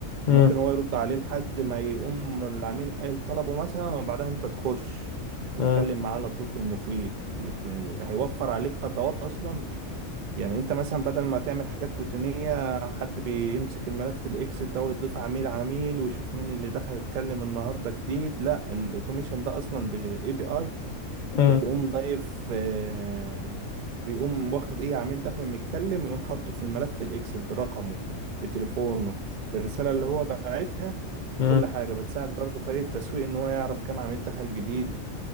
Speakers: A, on the left; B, on the right.
A: مم.
B: وممكن هو يرد عليه لحد ما يقوم العميل قايل طلبه مثلا وبعدها انت تخش تتكلم
A: مم.
B: معاه على طول في المفيد م- هيوفر عليك خطوات اصلا يعني انت مثلا بدل ما تعمل حاجات روتينية حد بيمسك الملف في الاكسل ده ويضيف عميل عميل ويشوف مين اللي دخل اتكلم النهاردة جديد لا الاوتوميشن ده اصلا بالاي بي اي
A: مم.
B: بتقوم ضايف آه، بيقوم واخد ايه عميل داخل متكلم يقوم حاطه في الملف في الاكسل برقمه بتليفونه بالرسالة اللي هو باعتها بكل
A: مم.
B: حاجة بتساعد برضه فريق التسويق ان هو يعرف كام عميل دخل جديد